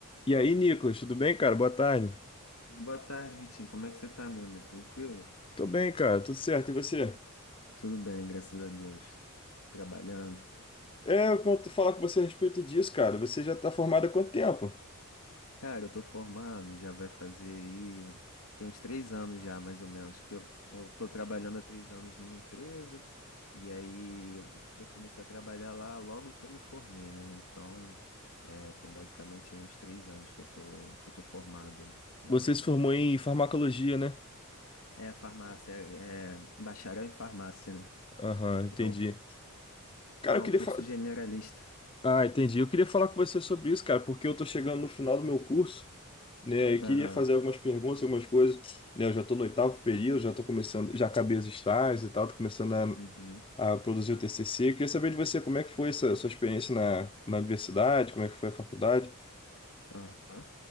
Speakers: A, on the left (about 25°); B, on the left (about 70°).
A: E aí, Nicolas, tudo bem, cara? Boa tarde.
B: Boa tarde, Vitinho. Como é que você tá, meu amigo? Tranquilo?
A: Tô bem, cara, tudo certo. E você?
B: Tudo bem, graças a Deus. Trabalhando.
A: É, eu quero falar com você a respeito disso, cara. Você já tá formado há quanto tempo?
B: Cara, eu tô formado, já vai fazer aí. um- Tem uns três anos já, mais ou menos, que eu, eu tô trabalhando há três anos numa empresa, e aí eu, eu comecei a trabalhar lá logo que eu me formei, né? Então, é, tem basicamente aí uns três anos que eu tô, que eu tô formado aí, mais
A: Você
B: ou menos.
A: se formou em farmacologia, né?
B: É, farmácia, é, é bacharel em farmácia, né?
A: Aham, entendi.
B: É um,
A: Cara,
B: é
A: eu
B: um
A: queria
B: curso
A: fa...
B: generalista.
A: Ah, entendi. Eu queria falar com você sobre isso, cara, porque eu tô chegando no final do meu curso, né? E
B: Aham.
A: queria fazer algumas perguntas, algumas coisas, né? Eu já tô no oitavo período, já tô começando, já acabei os estágios e tal, tô começando
B: Uhum,
A: a, a produzir o TCC. Eu queria saber de você como é que foi essa sua experiência na, na universidade, como é que foi a faculdade.
B: aham.